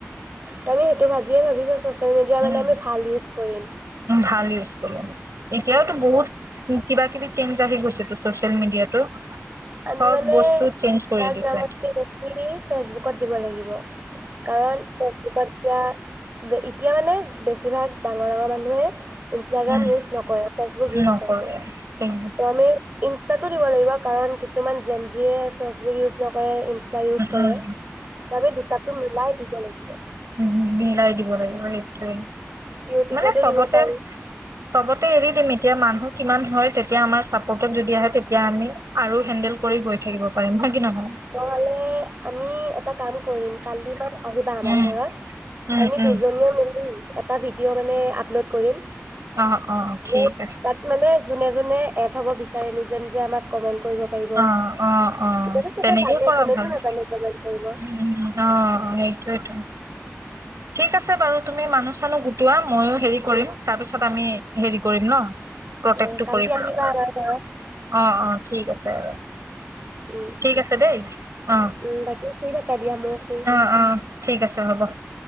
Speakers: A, on the right; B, on the right.
A: তমি সেইটো ভাবিয়ে ভাবিছা ছা তো এতিয়া মানে
B: উম
A: আমি ভাল ইউজ কৰিম।
B: ভাল ইউজ কৰিম এতিয়াওতো বহুত কিবা-কিবি চেঞ্জ আহি গৈছেতো, ছ'চিয়েল মিডিয়াতো।
A: আমি
B: চব
A: মানে
B: বস্তু চেঞ্জ
A: ইনষ্টগ্ৰামতকে
B: কৰি দিছে
A: <unintelligible> নি ফেচবুক কত দিব লাগিব। কাৰণ ফেচবুকত দিয়া এতিয়া মানে বেছিভাগ ডাঙৰ - ডাঙৰ মানুহে ইনষ্টাগ্ৰাম
B: উম
A: ইয়ুছ নকৰে। ফেচবুক ইয়ুজ
B: নকৰো
A: কৰে।
B: উম
A: তো আমি ইনষ্টাত দিব লাগিব কাৰণ কিছু কিছুমান জেনজিয়ে ফেচবুক ইউজ নকৰে। ইনচটা ইয়ুজ কৰে
B: উম
A: আমি দুটাটো মিলাই দিব লাগিব। <unintelligible>
B: উম মিলাই দিব লাগিব সেইটোৱে।
A: ইউটিউবতো
B: মানে চবতে
A: দিব পাৰি।
B: চবতে এৰি দিম এতিয়া মানুহক কিমান হয় তেতিয়া আমাৰ চাপৰ্টত যদি আহে তেতিয়া আমি। আৰু হেন্দেল কৰি গৈ থাকিব। পাৰিম হয় কি নহয়।
A: নহ'লে আমি এটা কাম কৰিম কালি বা আহিবা আমাৰ
B: উম
A: ঘৰত
B: উম
A: আমি
B: উম
A: দুজনীয়ে মিলি এটা ভিডিঅ' মানে আপলোড কৰিম।
B: অ অ ঠিক
A: বহুত
B: আছে
A: তাত মানে। যোনে যোনে এট হ'ব বিচাৰে নিজে নিজে আমাক কমেন্ট কৰিব পাৰিব
B: অ' অ' অ'
A: এতিয়াতো চবে
B: তেনেকৈ
A: জানে
B: কৰা
A: কোনেনো
B: ভাল
A: নাজানে কমেন্ট কৰিব
B: উম অঁ সেইটোৱে তো উমম ঠিক আছে বাৰু তুমি মানুহ চানুৰ গো চোৱা মইও হেৰি কৰিম তাৰ পিছত। হেৰি কৰিম ন প্ৰত্যেক
A: অ,
B: তো
A: কালি
B: কৰিম
A: আহিবা
B: ন
A: আমাৰ গাঁৱত
B: অ' অ' ঠিক আছে।
A: উম,
B: ঠিক আছে দেই অ'
A: উম, বাকী শুই থাকা দিয়া ময়ো শুও
B: অ' অ' ঠিক আছে হ'ব।